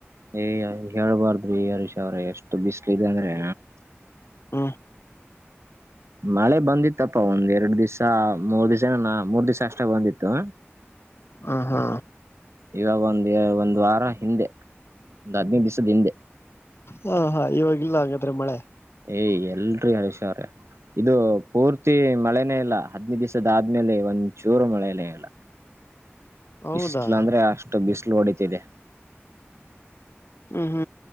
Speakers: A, on the right; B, on the left.
A: ಏಯ್ ಹೇಳ್ಬಾರ್ದ್ರಿ ಹರೀಶ್ ಅವರೇ ಎಷ್ಟು ಬಿಸಿಲು ಇದೆ ಅಂದ್ರೆ.
B: ಹ್ಮ್
A: ಮಳೆ ಬಂದಿತ್ತಪ್ಪಾ ಒಂದ್ ಎರಡ್ ದಿವಸ ಮೂರ್ ದಿವಸ ನ ಮೂರ್ ದಿವಸ ಅಷ್ಟೇ ಬಂದಿತ್ತು.
B: ಹ ಹಾ
A: ಇವಾಗ ಒಂದು ಒಂದ್ ವಾರ ಹಿಂದೆ ಒಂದ್ ಹದಿನೈದು ದಿವಸದ್ ಹಿಂದೆ.
B: ಹಾ ಹಾ ಇವಾಗಿಲ್ಲ ಹಾಗಾದ್ರೆ ಮಳೆ.
A: ಏ ಎಲ್ರಿ ಹರೀಶ್ ಅವ್ರೆ ಇದು ಪೂರ್ತಿ ಮಳೆನೇ ಇಲ್ಲ. ಹದಿನೈದ್ ದಿವಸದ ಆದ್ಮೇಲೆ ಒಂದುಚೂರು ಮಳೆ ಇಲ್ಲ
B: ಹೌದಾ
A: ಬಿಸಿಲು ಅಂದ್ರೆ ಅಸ್ಟ್ ಸ್ಟ್ ಬಿಸಿಲು ಹೊಡಿತಿದೆ.
B: ಹೂ ಹೂ